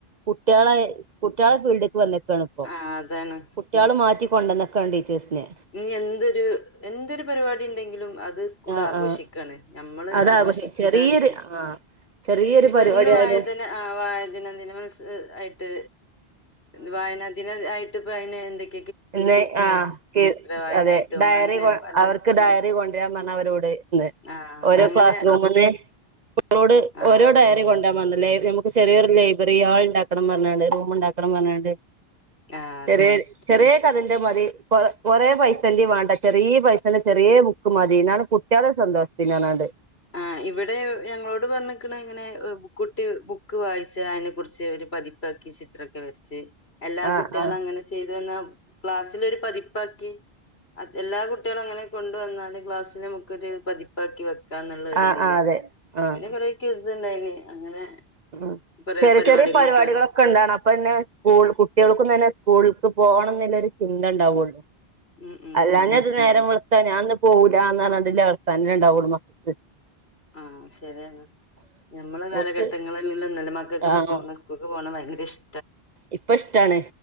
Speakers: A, on the right (about 50°); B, on the left (about 75°).
A: കുട്ടികളെ കുട്ടികളെ ഫീൽഡേക്ക് വന്നേക്കാണ്
B: ആഹ് അതാണ്
A: കുട്ട്യോള് മാറ്റിക്കൊണ്ടന്നേക്കണ് ടീച്ചേഴ്സിനെ
B: ഇനി എന്തൊരു എന്തൊരു പരിപാടി ഉണ്ടെങ്കിലും അത് സ്കൂൾ
A: ആഹ്
B: ആഘോഷി
A: ആഹ്
B: ക്കണ്. ഞമ്മള്
A: അതാഘോഷം
B: ആഘോഷിക്കില്ലാത്
A: ചെറിയൊരു ആ ചെറിയൊരു
B: ഇനിയിപ്പോ
A: പരിപാടി
B: ഇന്ന് വായതന
A: ആയാലും
B: ആ വായദനദിന മത്സ ആയിട്ട് ഇന്ന് വായനാ ദിന ആയിട്ട്പ്പ അതിന് എന്തൊക്
A: പിന്നെ ആഹ്
B: വായനായിട്ടും
A: അതെ ഡയറി
B: അങ്ങനെ
A: കൊ
B: പല
A: അവർക്ക് ഡയറി കൊണ്ടരാൻ പറഞ്ഞ് അവരോട് ന്ന്
B: ആഹ്
A: ഓരോ
B: അങ്ങനെ
A: ക്ലാസ് റൂമിന്ന് ഓരോട്
B: ആഹ്
A: ഓരോ
B: അതന്നെ
A: ഡയറി കൊണ് ണ്ടാ പറഞ്ഞ് <unintelligible> നമുക്ക് ചെറിയൊരു ലൈബ്രറി ഹാൾ ഉണ്ടാക്കണം പറഞ്ഞോണ്ട് റൂം ഉണ്ടാക്കണം പറഞ്ഞോണ്ട്
B: ആഹ് അതന്നെ
A: ചെറിയോരു ചെറിയ കഥേന്റെ മതി കൊറ കൊറെ പൈസേന്റെയും വാണ്ട ചെറിയ പൈസന്റെ ചെറിയ ബു ക്ക് മതി എന്നാണ് കുട്ടികളുടെ സന്തോഷത്തിനാണത്
B: ആഹ് ഇവിടെ ഞങ്ങളോട് പറഞ്ഞിക്കണ് ഇങ്ങനെ കുട്ടി ബുക്ക് വായിച്ച അയ്നെ കുറിച്ച് ഒരു പതിപ് പ്പാക്കി ചിത്രൊക്കെ വരച്ച് എല്ലാ
A: ആ
B: കുട്ടികളും
A: ആ
B: അങ്ങനെ ചെയ്ത് വന്നാ ക്ലാസ്സിലൊരു പതിപ്പാക്കി എല്ലാ കുട്ടികളും അങ്ങനെ കൊണ്ടുവന്നാല് ക്ലാസ്സി നമുക്ക് ഒരു പതിപ്പാക്കി വക്കാംന്നുള്ള ഒരു
A: ആ
B: ഇതില്
A: ആ അതെ ആ
B: പിന്നെ കൊറെ ക്വിസ്ണ്ടായിന് അങ്ങനെ
A: ആഹ്
B: കൊറേ
A: ചെറിയ
B: പരിപാടികളൊക്കെ
A: ചെറിയ പരിപാടികളൊ ക്കെ ഇണ്ടാണ് അപ്പൊ തന്നെ ക്കെണ്ടാവണം അപ്പോപ്പിന്നെ സ്കൂൾ കുട്ടികൾക്കും തന്നെ സ്കൂൾക്ക് പോണം എന്നൊള്ളൊരു ചിന്തണ്ടാവൊള്ളു
B: ഉം ഉം
A: അല്ലാഞ്ഞാട്ട
B: ഉം
A: നേരം വെള്ത്താ ഞാന്ന് പോവൂല്ല എന്നുപറഞ്ഞിട്ടുള്ള വർത്താനേ ഇണ്ടാവൊള്ളൂ മക്കക്ക്
B: ആഹ് ശരിയാണ് ഞമ്മളെ കാലഘട്ടങ്ങളിൽള്ള
A: ഓൽക്ക്
B: ഒന്നൂല മക്കൾക്ക് ഇപ്പ
A: ആഹ്
B: പോണ സ് കൂക്ക് പോണ ഭയങ്കര ഇഷ്
A: ഇപ്പൊ ഇഷ്ടാണ്